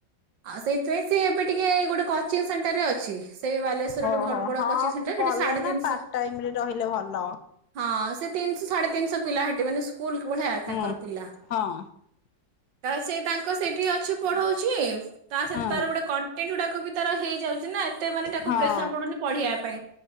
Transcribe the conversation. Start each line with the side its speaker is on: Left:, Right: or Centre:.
Right: ଆଉ ସେଇଥିପାଇଁ ସ ଏବେ ଟିକେ ଗୋଟେ କୋଚିଂ ସେଣ୍ଟର ରେ ଅଛି। ସେ ବାଲେଶ୍ଵରେ
Left: ଓହୋ
Right: ଟେ ଭ ବଡ
Left: ହଁ
Right: କଚିଂ ସେଣ୍ଟର
Left: ଭଲ
Right: ସେଠି ସାଢେ
Left: ନା
Right: ତିନିଶହ
Left: ପାର୍ଟ ଟାଇମ ରେ ରହିଲେ ଭଲ।
Right: ହଁ ସେଠୀ ସାଢେ ତିନିଶହ ପିଲା ହେ ଏମାନେ ସ୍କୁଲ ଭଳିଆ
Left: ହୁଁ
Right: ତାଙ୍କର ପିଲା।
Left: ହଁ
Right: କାରଣ ସେ ତାଙ୍କ ସେଇଠି ଅଛି ପଢଉଚି। ତା ସହିତ
Left: ହଁ
Right: ତାର ଗୋଟେ କନ୍ ଟେଣ୍ଟ ଗୁଡାକ ବି ତାର ହେଇଯାଉଚି ନା ଏ ଏତେ ମାନେ ତାକୁ
Left: ହଁ
Right: ପ୍ରେସର ପଡୁନି ପଢେଇବା ପାଇଁ।